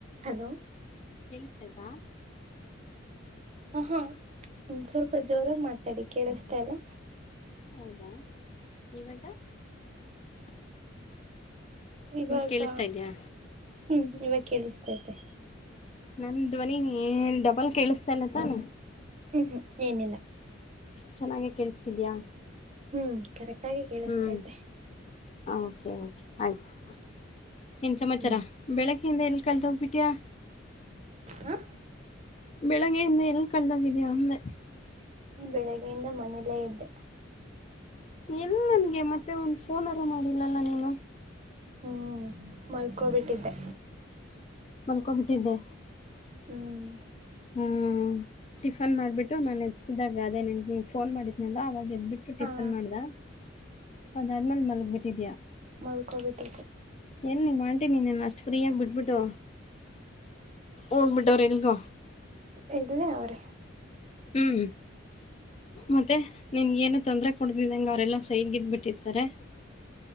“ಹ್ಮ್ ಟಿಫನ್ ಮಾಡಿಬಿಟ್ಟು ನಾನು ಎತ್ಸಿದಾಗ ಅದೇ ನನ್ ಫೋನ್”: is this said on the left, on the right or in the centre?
Left